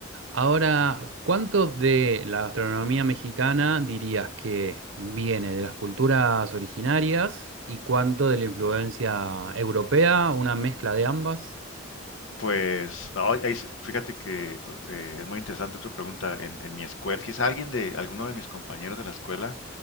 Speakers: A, on the right; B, on the left.
A: ahora, ¿cuánto de la gastronomía mexicana dirías que viene de las culturas originarias y cuánto de la influencia europea, una mezcla de ambas?
B: Pues, no, ahí se- fíjate que eh, es muy interesante tu pregunta en, en mi escuela. Quizá alguien de, alguno de mis compañeros de la escuela